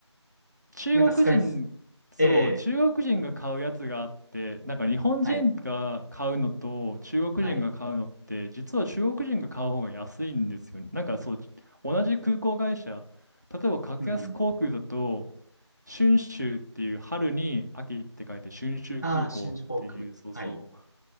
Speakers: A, on the right; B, on the left.
A: 中国人、
B: なんかスカイス、
A: そう、
B: ええ
A: 中国人が買うやつがあって、なんか日本人が買うのと中国人が買うのって、
B: はい、はい、
A: 実は中国人が買う方が安いんですよね。なんかそう、同じ空港会社、例えば格安航空だと、
B: うん。
A: 春秋っていう春に秋って書いて春秋空港っていう、
B: ああ、新宿フォーク。
A: そうそう。
B: はい。